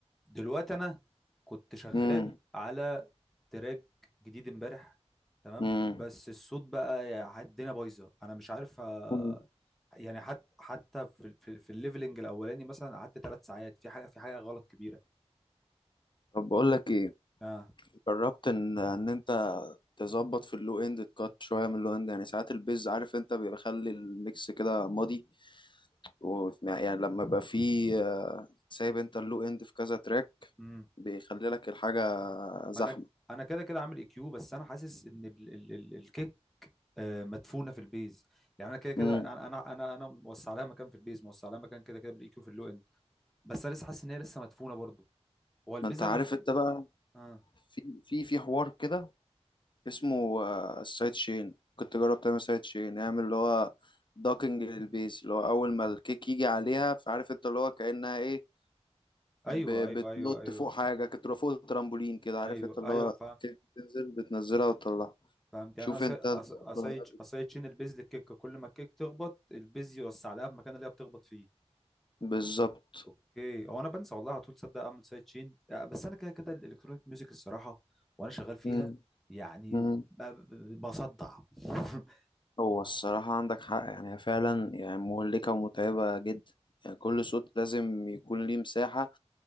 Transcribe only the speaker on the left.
امم
امم
امم
طب بقول لك ايه
جربت ان ان انت تظبط في اللو اند تكات شويه من اللو اند يعني ساعات البيز عارف انت بيخلي الميكس كده ماضي و يعني لما يبقى فيه آه، سايب انت اللو اند في كذا تراك
بيخلي لك الحاجه زحمه
امم
ما انت
عارف انت بقى
في في في حوار كده اسمه آه، السايد شين كنت جرب تعمل سايد شين نعمل اللي هو دوكنج للبيز اللي هو اول ما الكيك يجي عليها فعارف انت اللي هو كأنها ايه ب-
بتنط
فوق حاجة كنت تبقى فوق الترامبولين كده عارف
انت اللي
هو
كيك بتنزل بتنزلها وتطلعها
شوف
انت
النقطة
بالظبط
مم.
مم.
هو الصراحة عندك حق يعني هي فعلا يعني مهلكة ومتعبة جدا يعني كل صوت لازم يكون ليه مساحة